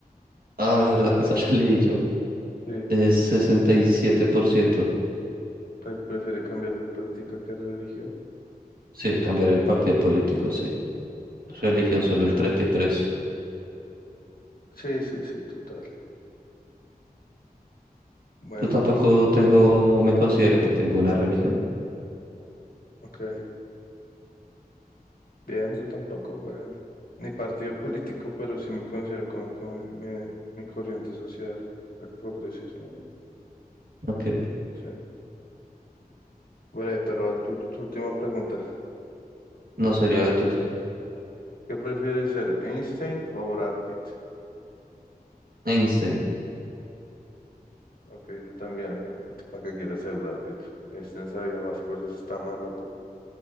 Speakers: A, on the right; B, on the left.
A: Ah, verdad que esa <laughs> la leí yo.
B: Sí,
A: Es 67%.
B: pre- prefiere cambiar de política que de religión.
A: Sí, cambiar el partido político, sí. Religión solo el
B: Sí,
A: 33%.
B: sí, sí, sí, total. Bueno,
A: Yo tampoco
B: a su
A: tengo, me considero que tengo una religión.
B: Ok, bien, yo tampoco, weón. Ni partido <laughs> político, pero sí me considero como que mi, mi- mi corriente social, el progresismo, ¿no?
A: Aunque
B: Sí. Bueno, pero tu, tu última pregunta.
A: no sería la tuya.
B: ¿Qué prefieres ser, Einstein o Brad Pitt?
A: Einstein,
B: Ok, yo también, obviamente. ¿Para qué quiero ser Brad Pitt? Einstein sabía más cosas, está más loco.